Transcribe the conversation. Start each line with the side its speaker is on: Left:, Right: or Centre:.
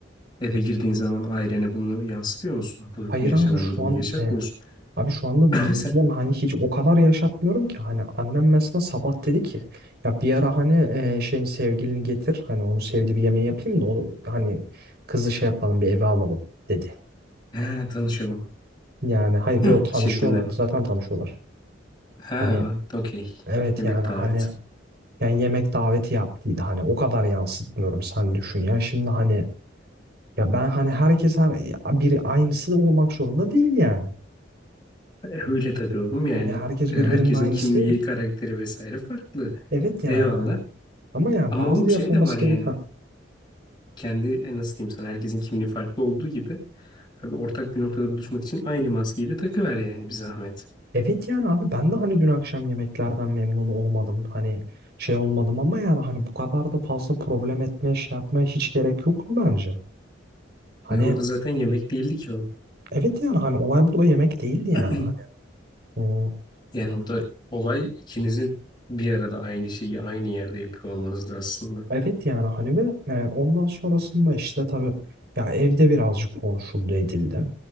Left: eve girdiğin zaman ailene bunu yansıtıyor musun? Bu,
Right: hayır
Left: bu yaşanan
Right: abi şu
Left: durumu
Right: an
Left: yaşatmıyorsun.
Right: e, abi şu anda
Left: <laughs>
Right: bizimkiler
Left: Sen
Right: hani hiç o kadar yaşatmıyorum ki hani annem mesela sabah dedi ki ya bir ara hani e, şeyin sevgilini getir hani onu sevdiği bir yemeği yapayım da onu hani kızı şey yapalım bir eve alalım dedi.
Left: "Ha, tanışalım
Right: Yani hayır yo tanışıyorlar.
Left: <clears throat> şeklinde mi?
Right: Zaten tanışıyorlar.
Left: Ha,
Right: Hani
Left: okey.
Right: evet
Left: Yemek
Right: yani hani
Left: davet.
Right: yani yemek daveti yaptıydı. Hani o kadar yansıtmıyorum sen düşün ya. Şimdi hani ya ben hani herkes her biri aynısı olmak zorunda değil yani.
Left: E, Öyle tabii oğlum
Right: Hani
Left: yani.
Right: herkes
Left: E,
Right: birbirinin
Left: Herkesin
Right: aynısı
Left: kimliği,
Right: değil.
Left: karakteri vesaire farklı.
Right: Evet yani
Left: Eyvallah.
Right: hani. Ama yani
Left: Ama
Right: bazı
Left: oğlum şey
Right: yapılması
Left: de var
Right: gerek.
Left: yani.
Right: Ha.
Left: Kendi e, nasıl diyeyim sana herkesin kimliği farklı olduğu gibi. Abi ortak bir noktada buluşmak için aynı maskeyi de takıver yani bir zahmet.
Right: Evet yani abi ben de hani dün akşam yemeklerden memnun olmadım. Hani şey olmadım ama yani hani bu kadar da fazla problem etmeye şey yapmaya hiç gerek yok bence. Hani
Left: Ve orada zaten yemek değildi ki o.
Right: Evet yani hani olay burada yemek değildi yani
Left: <clears throat>
Right: hani. Hmm,
Left: Yani orada olay ikinizin bir arada aynı şeyi aynı yerde yapıyor olmanızdı aslında.
Right: Evet yani hani ve e, ondan sonrasında işte tabii ya evde birazcık konuşuldu edildi.